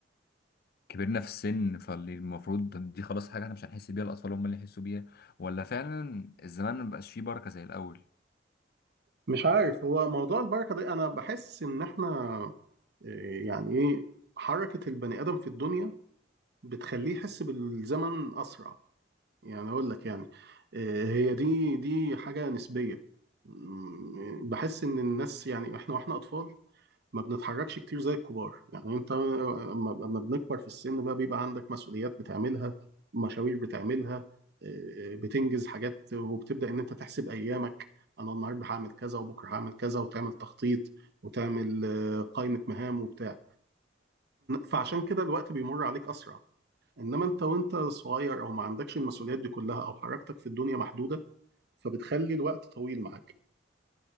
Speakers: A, on the left; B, on the right.
A: كبرنا في السن فاللي المفروض دي خلاص حاجة احنا مش هنحس بيها الأطفال هم اللي يحسوا بيها ولا فعلا الزمان مبقاش فيه بركة زي الأول
B: مش عارف هو موضوع البركة ده انا بحس ان احنا آه، يعني ايه حركة البني ادم في الدنيا بتخليه يحس بالزمن اسرع يعني اقول لك يعني آه، هي دي دي حاجة نسبية م- بحس ان الناس يعني احنا واحنا اطفال ما بنتحركش كتير زي الكبار يعني انت اما أما بنكبر في السن بقى بيبقى عندك مسؤوليات بتعملها مشاوير بتعملها آه، بتنجز حاجات وبتبدأ ان انت تحسب ايامك انا النهارده هعمل كذا وبكره هعمل كذا وتعمل تخطيط وتعمل آه، قائمة مهام وبتاع فعشان كده الوقت بيمر عليك اسرع انما انت وانت صغير او ما عندكش المسؤوليات دي كلها او حركتك في الدنيا محدودة فبتخلي الوقت طويل معاك